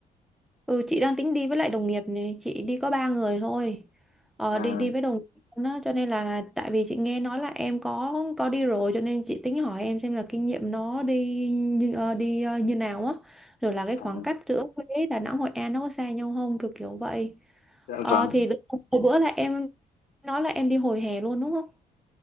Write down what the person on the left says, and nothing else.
À,
à
dạ
vâng,